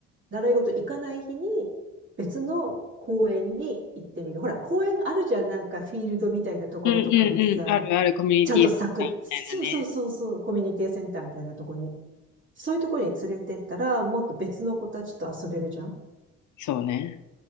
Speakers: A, on the right; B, on the left.
A: 習い事行かない日に、別の公園に行ってみる。ほら、公園あるじゃん、なんかフィールドみたいなところとかにさ、
B: うんうんうん。あるあるコミュニティセンターみたいなね。
A: ちゃんと咲く。そうそうそうそう、コミュニティセンターみたいなとこに。そういうところに連れてったら、もっと別の子たちと遊べるじゃん。
B: そうね。